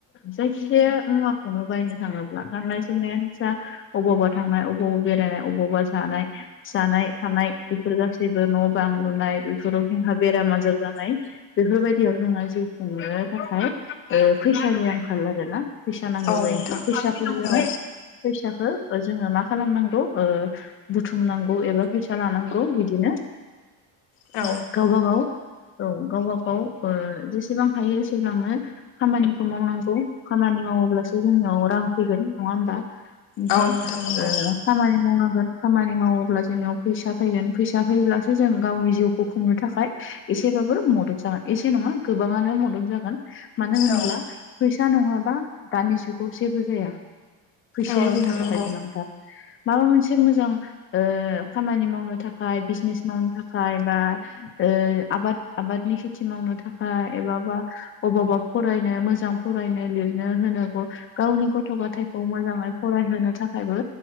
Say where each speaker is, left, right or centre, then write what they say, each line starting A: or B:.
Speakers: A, on the left (about 25°); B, on the left (about 60°).
A: जायखिजाया मुवा खौनो बायनो थाङोब्ला गाननाय जोमनायानो जा अबावबा थांनाय अबावबा बेरायनाय अबावबा जानाय जानाय थानाय बेफोर गासैबो न'-बां लुनाय बेफोराव जोंहा बेराम आजार जानाय बेफोरबायदियाव जोङो जिउ खुंनो थाखाय ओ फैसानि आंखाल आरोना फिसा नांगौ
B: औ
A: जायो
B: नोंथां
A: फैसाफोरजोंहाय
B: औ
A: फैसाखो जोङो मा खालामनांगौ ओ बुथुमनांगौ एबा फैसा लानांगौ औ बिदिनो
B: औ
A: गाव बागाव औ गावबा गाव ओ जेसेबां हायो एसेब्लांनो खामानिखौ मावनांगौ खामानि मावोब्लासो जोंनियाव रां फैगोन। नङा होमबा? नोंथां
B: औ नंगौ
A: ओ खामानि मावनांगोन खामानि मावोब्ला जोंनियाव फैसा फैगोन फैसा फैयोब्लासो जों गावनि जिउखौ खुंनो थाखाय एसेबाबो मदद जागोन। एसे नङा गोबाङानो मदद जागोन। मानो होनब्ला
B: औ
A: फैसा नङाबा दानि जुगाव जेबो जाया। फैसाया
B: औ नोंथां
A: जोंनि
B: नंगौ
A: थाखाय गोनांथार। माबा मोनसे मोजां ओ खामानि मावनो थाखाय बिजनेस मावनो थाखाय बा ओ आबाद आबादनि खेथि मावनो थाखाय एबाबा अबावबा फरायनो मोजां फरायनो लिरनो होनो ग गावनि गथ' गथायखौ मोजाङै फरायहोनो थाखायबो